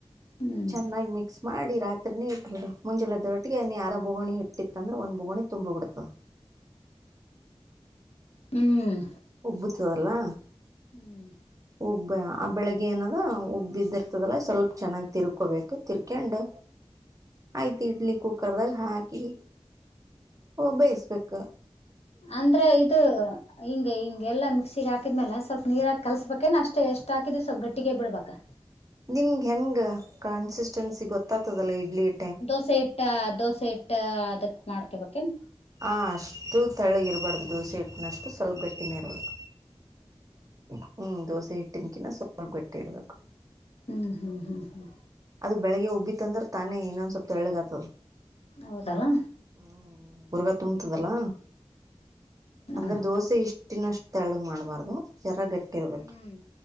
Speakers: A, on the left; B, on the right.
A: ಹ್ಮ್
B: ಚೆನ್ನಾಗಿ ಮಿಕ್ಸ್ ಮಾಡಿ ರಾ ನೇ ಇಟ್ಬಿಡು ಮುಂಜೆಲದ್ದೊಟ್ಟಿಗೆ ನೀ ಆರ ಬೊಗಾಣಿ ಇಟ್ಟಿತ್ತಂದ್ರ ಒಂದ ಬೊಗಾಣಿ ತುಂಬಿ ಬಿಡ್ತು
A: ಹ್ಮ್ಮ್.
B: ಒಬ್ಬುತಿವಲ್ಲಾ
A: ಹ್ಮ.
B: ಉಬ್ಬ ಆ ಬೆಳಿಗ್ಗೆ ಏನದ ಉಬ್ಬಿದ್ ಇದ್ದಿರ್ತದಲ್ಲ ಸ್ವಲ್ಪ್ ಚೆನ್ನಾಗ್ ತಿರ್ಕೊಬೇಕು ತಿರ್ಕಂಡು ಆಯ್ತ ಇಡ್ಲಿ ಕುಕ್ಕರ್ದಾಗ ಹಾಕಿ ಅವು ಬೇಯಿಸ್ಬೇಕ
A: ಅಂದ್ರ ಇದು ಹಿಂಗ ಹಿಂಗೆಲ್ಲ ಮಿಕ್ಸಿಗೆ ಹಾಕಿದ್ಮೇಲೆ ಸ್ವಲ್ಪ ನೀರಾಕಿ ಕಲ್ಸ್ಬೇಕೇನ ಅಷ್ಟೆ ಎಷ್ಟ್ ಹಾಕಿದ ಸ್ವಲ್ಪ ಗಟ್ಟಿಗೆ ಬಿಡ್ಬೇಕಾ
B: ನಿಮ್ಗ್ ಹೆಂಗ ಕನ್ಸಿಸ್ಟೆನ್ಸಿ ಗೊತ್ತಾಗ್ತದಲ್ಲ ಇಡ್ಲಿ ಹಿ
A: ದೋಸೆ ಹಿಟ್ಟಾ ದೋಸೆ ಹಿಟ್ಟ್ ಹದಕ್ ಮಾಡ್ಕೊಬೇಕೆನ್
B: ಆ ಅಷ್ಟು ತಳ್ಳಿಗ ಇರಬಾರ್ದು ದೋಸೆ ಹಿಟ್ಟಿನಷ್ಟು ಸ್ವಲ್ಪ ಗಟ್ಟಿನೇ ಇರಬೆಕ <unintelligible> ಹ್ಮ್ ದೋಸೆ ಹಿಟ್ಟಿನಕಿನ್ನ ಸ್ವಲ್ಪ ಗಟ್ಟಿ ಇರ್ಬೇಕು
A: ಹ್ಮ ಹ ಹ ಹ
B: ಅದ ಬೆಳಗ್ಗೆ ಊಬಿತ್ ಅಂದ್ರ ತಾನೇ ಇನ್ನೊಂದ ಸ್ವಲ್ಪ ಎಳ್ಳಳಗ್ ಆತದ
A: ಹೌದಲ್ಲಾ
B: ಹ್ಮ್ ಬುರ್ಗಾ ತುಂಬ್ತದಲಾ
A: ನೋಡ
B: ಅಂದ್ರೆ ದೋಸೆ ಇಷ್ಟ ತಿನ್ನಷ್ಟ ತೆಳ್ಳಗ್ ಮಾಡ್ಬಾರ್ದು ಜರಾ ಗಟ್ಟಿರ್ಬೇಕ
A: ಹ್ಮ್